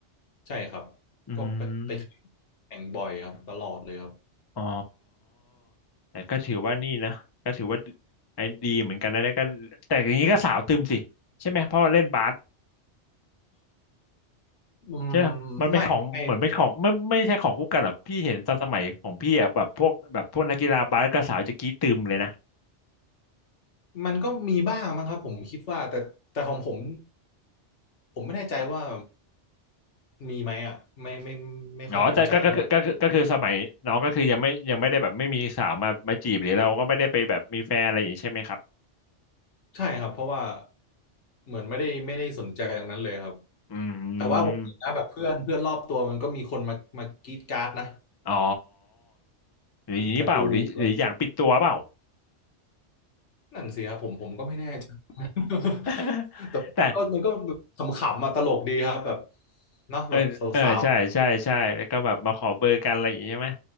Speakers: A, on the left; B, on the left.
A: ใช่ครับ
B: อื
A: ก็ไปไปแข่งแข่งบ่อยครับตลอดเลยครับ
B: ม อ๋อแต่ก็ถือว่านี่นะก็ถือว่าไอ้ดีเหมือนกันนะแล้วก็แต่อย่างนี้ก็สาวตึมสิใช่ไหมเพราะว่าเล่นบาส
A: อืม
B: ใช่ไหมมันเป็นของเหมือนเป็นของไม่ไม่ใช่ของคู่กันหรอกพี่เห็นตอนสมัยของพี่อ่ะแบบพวกแบบพวกนักกีฬาบาสก็สาวจะกรี้ตึมเลยนะ
A: ไม่ไม่มันก็มีบ้างมั้งครับผมคิดว่าแต่แต่ของผมผมไม่แน่ใจว่ามีไหมอ่ะไม่ไม่ไม่ค่อยมั่นใจเท่าไหร่
B: อ๋อแต่ก็ก็ก็ก็คือก็คือสมัยน้องก็คือยังไม่ยังไม่ได้แบบไม่มีสาวมามาจีบหรือเราก็ไม่ได้ไปแบบมีแฟนอะไรอย่างนี้ใช่ไหมครับ
A: ใช่ครับเพราะว่าเหมือนไม่ได้ไม่ได้สนใจตรงนั้นเลยครับ
B: อืม
A: แต่ว่าผมเห็นนะแบบเพื่อนเพื่อนรอบตัวมันก็มีคนมามากรีดการ์ดนะ
B: อ๋อหรืออย่างนี้เปล่าหรือหรืออย่างปิดตัวเปล่า
A: มาดูอะไรนั่นสิครับผมผมก็ไม่แน่ใจ <laughs>
B: <laughs>
A: แต่มันก็มันก็แบบขำๆมาตลกดีครับแบบ
B: แต่
A: เนาะแบบสาว
B: เออเออใช่ใช่ใช่แล้วก็แบบมาขอเบอร์กันอะไรอย่างงี้ใช่ไหม